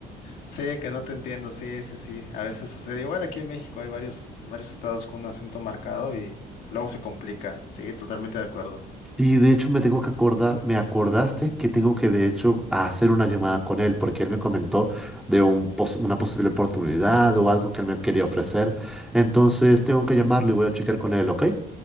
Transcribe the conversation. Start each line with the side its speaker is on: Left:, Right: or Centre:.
Left: Sí, que no te entiendo, sí, sí, sí. A veces sucede. Igual aquí en México hay varios, varios estados con un acento marcado y luego se complica. Sí, totalmente de acuerdo.
Centre: Sí, de hecho me tengo que acordar, me acordaste que tengo que de hecho hacer una llamada con él porque él me comentó de un pos- una posible oportunidad o algo que él me quería ofrecer. Entonces tengo que llamarlo y voy a checar con él, ¿ok?